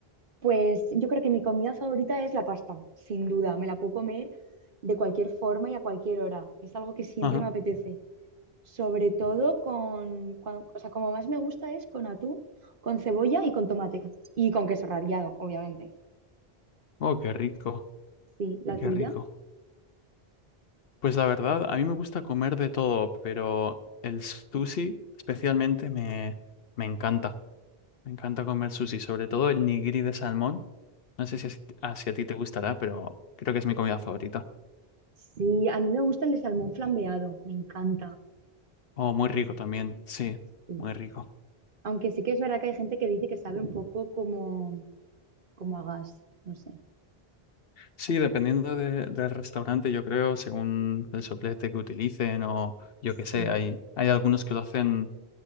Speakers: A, on the right; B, on the left.
A: Pues yo creo que mi comida favorita es la pasta, sin duda. Me la puedo comer de cualquier forma y a cualquier hora. Es algo que siempre
B: Ajá.
A: me apetece. sobre todo con, cua- o sea, como más me gusta es con atún, con cebolla y con tomate. Y con queso rallado, obviamente.
B: Oh, qué rico,
A: Sí, la
B: qué
A: tuya.
B: rico. Pues la verdad, a mí me gusta comer de todo, pero el sushi especialmente me, me encanta. Me encanta comer sushi, sobre todo el nigiri de salmón. No sé si a, a- si a ti te gustará, pero creo que es mi comida favorita.
A: Sí, a mí me gusta el de salmón flambeado, me encanta.
B: Oh, muy rico también, sí,
A: sí.
B: muy rico.
A: Aunque sí que es verdad que hay gente que dice que sabe un poco como, como a gas, no sé.
B: Sí, dependiendo de- del restaurante, yo creo, según el soplete que utilicen o yo
A: Sí,
B: qué sé, hay, hay algunos que lo hacen